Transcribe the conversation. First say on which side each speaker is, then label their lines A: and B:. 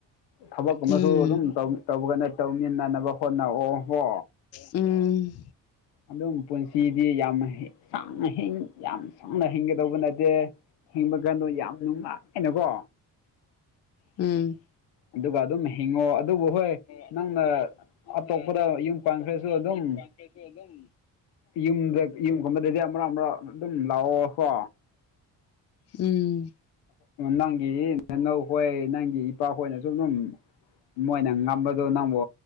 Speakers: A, on the left (about 80°); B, on the left (about 40°).
A: ꯊꯕꯛꯀ ꯑꯃꯁꯨ
B: ꯎꯝ
A: ꯑꯗꯨꯝ ꯇꯧꯕꯒꯅ ꯇꯧꯃꯤꯟꯅꯅꯕ ꯍꯣꯠꯅꯑꯣ ꯍꯣ
B: ꯎꯝ
A: ꯑꯗꯨꯝ ꯄꯨꯟꯁꯤꯗꯤ ꯌꯥꯝ ꯁꯥꯡꯅ ꯌꯥꯝ ꯁꯥꯡꯅ ꯍꯤꯡꯒꯗꯧꯕ ꯅꯠꯇꯦ ꯍꯤꯡꯕ ꯀꯥꯟꯗꯣ ꯌꯥꯝ ꯅꯨꯡꯉꯥꯏꯅꯀꯣ
B: ꯎꯝ
A: ꯑꯗꯨꯒ ꯑꯗꯨꯝ ꯍꯤꯡꯉꯣ ꯑꯗꯨꯕꯨ ꯍꯣꯏ
B: ꯑꯗꯨ
A: ꯅꯪꯅ
B: ꯍꯣꯏ ꯅꯪꯅ
A: ꯑꯇꯣꯞꯄꯗ ꯌꯨꯝ ꯄꯥꯟꯈ꯭ꯔꯁꯨ
B: ꯑꯇꫭꯞꯄꯗ
A: ꯑꯗꯨꯝ
B: ꯀꯩꯁꯨ ꯑꯗꯨꯝ
A: ꯌꯨꯝꯗ ꯌꯨꯝꯒꯨꯝꯕꯗꯗꯤ ꯃꯔꯛ ꯃꯔꯛ ꯑꯗꯨꯝ ꯂꯥꯛꯑꯣ ꯀꯣ
B: ꯎꯝ
A: ꯅꯪ ꯒꯤ ꯅꯅꯧꯈꯣꯏ ꯅꯪꯒꯤ ꯏꯄꯥꯈꯣꯏꯅꯁꯨ ꯑꯗꯨꯝ ꯃꯣꯏꯅ ꯉꯝꯕꯗꯣ ꯅꯪꯕꯨ